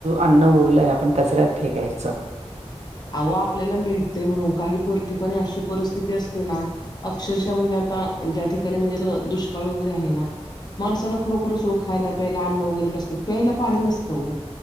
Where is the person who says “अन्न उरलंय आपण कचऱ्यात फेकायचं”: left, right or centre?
Right